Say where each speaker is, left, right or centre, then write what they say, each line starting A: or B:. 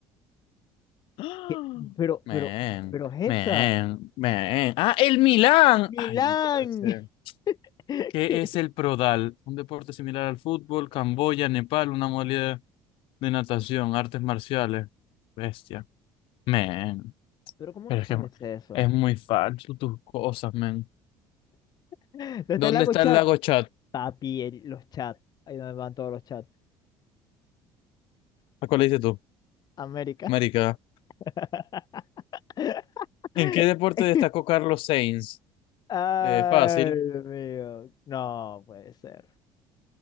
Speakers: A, on the left (about 75°); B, on the left (about 45°).
A: <gasps>
B: ¿Qué? Pero,
A: Men,
B: pero, pero, Hexa.
A: men, men. Ah, el Milán.
B: Milán.
A: Ay, no puede ser.
B: <laughs>
A: ¿Qué
B: ¿Qué?
A: es el Prodal? Un deporte similar al fútbol, Camboya, Nepal, una modalidad. de natación, artes marciales. Bestia. Men,
B: Pero ¿cómo
A: pero
B: no sabes
A: es que
B: eso?
A: es muy falso tus cosas, men.
B: ¿Dónde está
A: ¿Dónde
B: el lago
A: está
B: chat?
A: el lago Chad?
B: Papi, el- los chats. Ahí donde van todos los chats.
A: ¿A cuál le dices tú?
B: América.
A: América.
B: <laughs>
A: ¿En qué deporte destacó Carlos Sainz?
B: Ay,
A: Eh, fácil,
B: Dios mío. No puede ser.